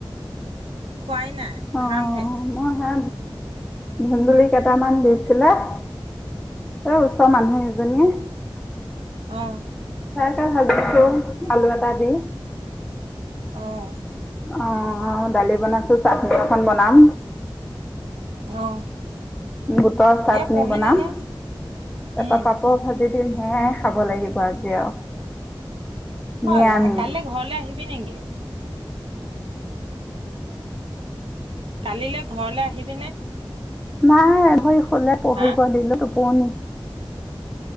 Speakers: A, on the right (about 80°); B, in the centre.
A: খুৱাই নাই
B: অ'
A: খামহে
B: মই হে ধুন্দুলি কেইটামান দিছিলে এ ওচৰ মানুহে জনীয়ে
A: আহ
B: হালছো আলুৱতা দি
A: অঁ
B: অ অ ডালি বনাইছো চ ধাখন বনাম
A: অ'।
B: বুটৰ চাটনি
A: এই পঢ়িলেনে?
B: বনাম তাৰ
A: উম।
B: পৰাা পাপৰ ভাজি দিম সেয় খাব লাগিব আজি আৰু নিৰামিষ
A: হয় কাইলৈ ঘৰলে আহিবি নেকি কালিলৈ ঘৰলৈ আহিবিনে
B: মা ভ কলে পঢ়িব
A: হা?
B: দিলো বনি